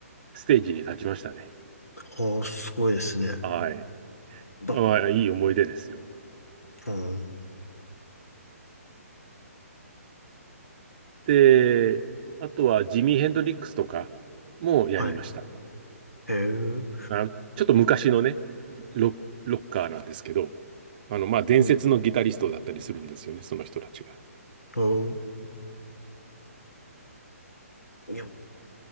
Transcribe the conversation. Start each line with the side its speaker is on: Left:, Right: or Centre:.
Right: ステージに立ちましたね。
Left: はあ、すごいですね。
Right: はい。
Left: ば、
Right: まあ、いい思い出ですよ。
Left: うん。
Right: で、あとはジミー・ヘンドリックスとかもやりました。
Left: はい。へえ。うん
Right: あ、ちょっと昔のね、ロ、ロッカーなんですけど、あの、まあ、伝説のギタリストだったりするんですよね、
Left: う
Right: その人たちが。
Left: ん。いや、